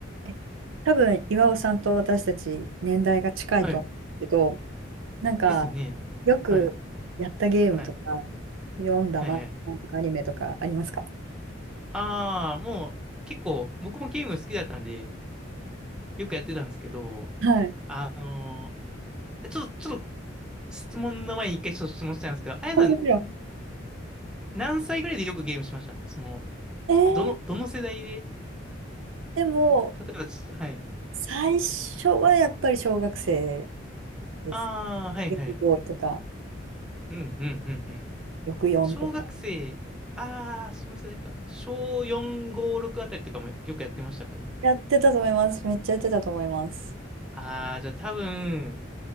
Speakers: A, on the right; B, in the centre.
A: え多分、岩尾さんと私たち年代が近いと思うけど、
B: はい。
A: なんか、
B: ですね。
A: よくやったゲームとか、
B: はい。はい。
A: 読んだ漫画とかアニメとかありますか
B: はい。はい。ああ、もう結構僕もゲーム好きだったんで、よくやってたんですけど、
A: はい。
B: あのーちょっと、ちょっと質問の前に一回ちょっと質問したいんですけど、あやさん、
A: もちろん。
B: ん何歳ぐらいでよくゲームしましたその、
A: <laughs> えー、
B: どの、どの世代で、
A: でも、
B: 例えばち、はい。
A: 最初はやっぱり小学生です。
B: ああ、はいはい。
A: ゲームボーイとか、
B: うん、うん、うん、うん。
A: 64とか。
B: 小学生、ああ、その世代か。小4、5、6あたりとかもよくやってましたかね。
A: やってたと思います。めっちゃやってたと思います。
B: ああ、じゃあ多分、